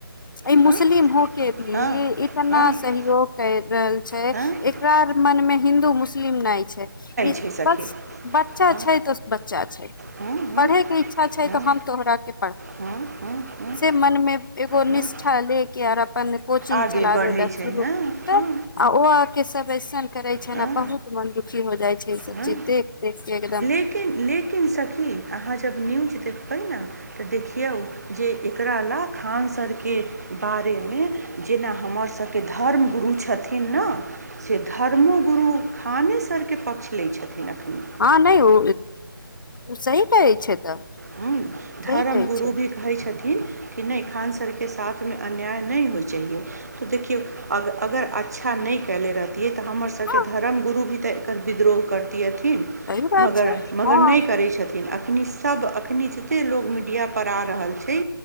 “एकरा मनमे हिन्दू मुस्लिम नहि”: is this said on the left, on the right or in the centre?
Left